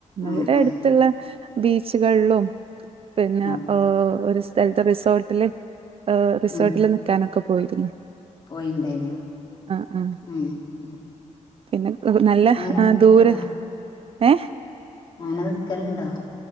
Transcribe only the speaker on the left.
ഉം
ഉം
ആഹ്
ഉം
പോയിണ്ടായിനോ
ഉം ഉം
അങ്ങനെ
നിക്കലുണ്ടോ
അങ്ങനെ നിക്കലുണ്ടോ